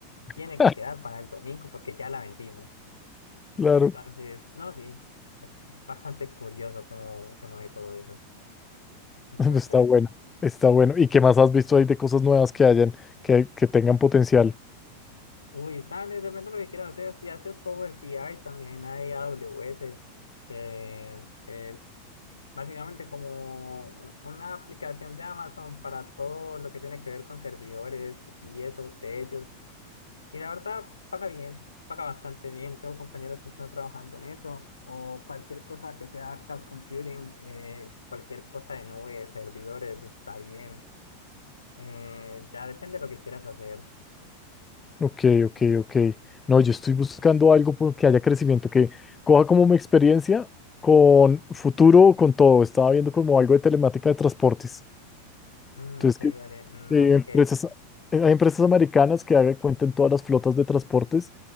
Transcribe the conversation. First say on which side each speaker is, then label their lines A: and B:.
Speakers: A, on the left; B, on the left.
A: <laughs>
B: tiene que quedar para el domingo porque ya la vendimos.
A: claro.
B: Entonces, no, sí, es bastante curioso cómo se mueve todo eso. Entonces,
A: <laughs> Está bueno, está bueno. ¿Y qué más has visto ahí de cosas nuevas que hayan, que, que tengan potencial?
B: uy, dale, depende de lo que quieras hacer. Si haces Power BI, también hay AWS, que es básicamente como un- una aplicación de Amazon para todo lo que tiene que ver con servidores y eso, de Y la verdad, paga bien, paga bastante bien. Tengo compañeros que están trabajando en eso, o cualquier cosa que sea cloud computing, eh, cualquier cosa de nube, servidores, está bien. Eh, ya depende de lo que quieras hacer.
A: Ok, ok, ok. No, yo estoy buscando algo por que haya crecimiento, que coja como mi experiencia con futuro, con todo. Estaba viendo como algo de telemática de transportes.
B: Mm,
A: Entonces,
B: ok, dale,
A: que
B: no sé
A: eh, empresas,
B: qué es.
A: eh, hay empresas americanas que hagan cuenta en todas las flotas de transportes,